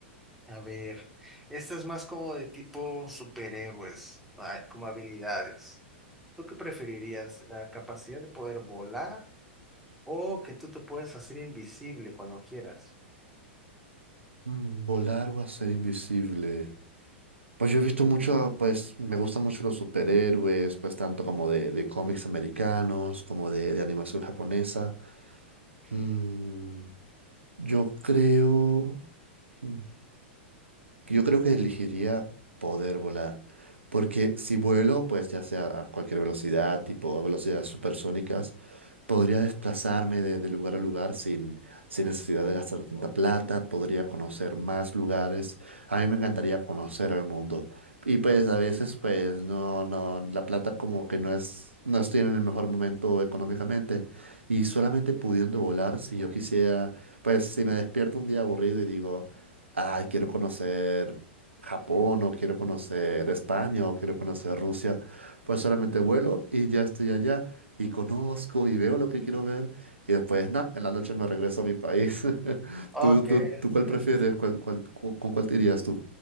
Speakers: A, in the centre; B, on the right.
A: A ver, esta es más como de tipo superhéroes, ah, como habilidades. ¿Tú qué preferirías? ¿La capacidad de poder volar o que tú te puedes hacer invisible cuando quieras?
B: Mm, Volar o hacer invisible. Pues yo he visto mucho, pues me gustan mucho los superhéroes, pues tanto como de, de cómics americanos, como de, de animación japonesa. Mm, Yo creo, mm, yo creo que elegiría poder volar, porque si vuelo, pues ya sea a cualquier velocidad, tipo velocidades supersónicas, Podría desplazarme de, de lugar a lugar sin, sin necesidad de gastar tanta plata, podría conocer más lugares. A mí me encantaría conocer el mundo. Y pues a veces, pues no, no, la plata como que no es, no estoy en el mejor momento económicamente. Y solamente pudiendo volar, si yo quisiera, pues si me despierto un día aburrido y digo, ay, quiero conocer Japón o quiero conocer España o quiero conocer Rusia, pues solamente vuelo y ya estoy allá y conozco y veo lo que quiero ver y después, na, en la noche me regreso a mi país. <laughs>
A: Ok,
B: ¿Tú, tú, tú cuál
A: eres
B: prefieres? ¿Cuál, cuál- cu- con cuál te irías tú?